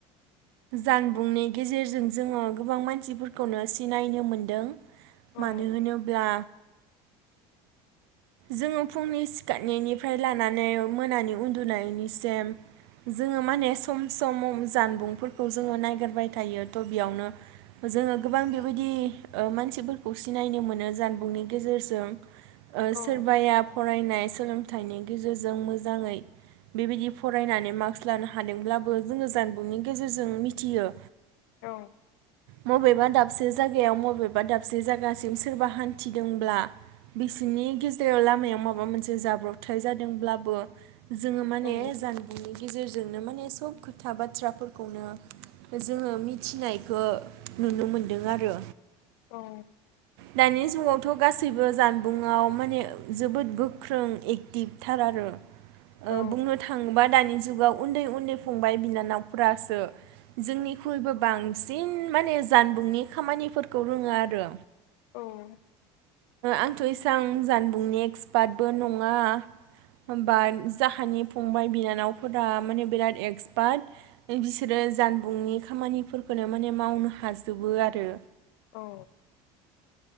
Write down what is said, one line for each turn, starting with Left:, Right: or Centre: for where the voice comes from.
Right: जानबुंनि गेजेरजों जोङो गोबां मानसिफोरखौनो सिनायनो मोनदों
Left: औ
Right: मानो होनोब्ला जोङो फुंनि सिखारनायनिफ्राय लानानै मोनानि उन्दुनायनिसेम जोङो माने सम सम जानबुंफोरखौ जोङो नायगिरबाय थायो थ' बेयावनो जोङो गोबां बेबायदि मानसिफोरखौ सिनायनो मोनो जानबुंनि गेजेरजों ओ सि
Left: औ
Right: सोरबाया फरायनो नाय सोलोंथाइनि गेजेरजों मोजाङै बेबायदि फरायनानै मार्कस हादोंब्लाबो जोङो जानबुंनि गेजेरजों मिथियो
Left: औ
Right: बबेबा दाबसे जायगायाव बबेबा दाबसे जायगासिम सोरबा हान्थिदोंब्ला बिसनि सिथायायाव लामायाव माबा मोनसे जाब्रबथाय जादोंब्लाबो जोङो माने
Left: औ
Right: जानगि गेजेरजोंनो माने सब खोथा बाथ्राफोरखौनो जोङो मिथिनायखौ नुनो मोनदों आरो
Left: औ
Right: दानि जुगावथ' गासैबो जानबुंङाव माने जोबोद गोख्रों एक्टिभथार आरो ओ
Left: औ
Right: बुंनो थाङोबा दानि जुगाव उन्दै उन्दै फंबाय बिनानावफ्रासो जोंनिख्रुइबो बांसिन माने जानबुंनि खामानिफोरखौ रोङो आरो
Left: औ
Right: आंथ' इसां जान नेक्स बाटबो नङा होमबा जाहोनि फंबाय बिनावफोरा माने बिराद एक्सपार्ट बिसोरो जानबुंनि खामानि फोरखौनो माने मावनो हाजोबो आरो
Left: औ